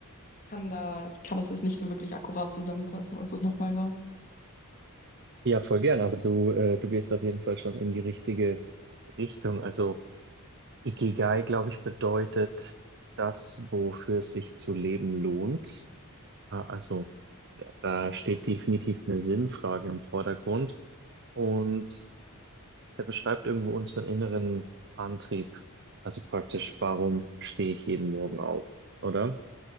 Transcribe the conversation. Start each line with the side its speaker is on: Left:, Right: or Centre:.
Left: kann da, ich kann das jetzt nicht so wirklich akkurat zusammenfassen, was das nochmal
Right: Ja, voll gern, aber du, äh, du gehst auf jeden Fall schon in die richtige Richtung. Also Ikigai, glaube ich, bedeutet das, wofür es sich zu leben lohnt. Ah, Also da da steht definitiv eine Sinnfrage im Vordergrund und der beschreibt irgendwo unseren inneren Antrieb. Also praktisch, warum stehe ich jeden Morgen auf, oder?